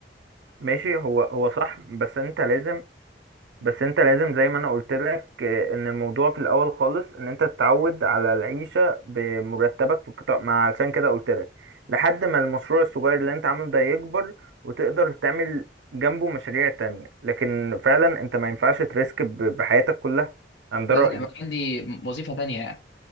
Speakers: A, on the right (about 75°); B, on the left (about 70°).
A: ماشي هو هو صح بس انت لازم بس انت لازم زي ما انا قلت لك آه، ان الموضوع في الاول خالص ان انت تتعود على العيشه بمرتبك في القطاع ما علشان كده قلت لك لحد ما المشروع الصغير اللي انت عامله ده يكبر وتقدر تعمل جنبه مشاريع تانية لكن فعلا انت ما ينفعش تريسك ب- بحياتك كلها انا ده
B: لازم
A: رأيي
B: يبقى عندي وظيفة تانية يعني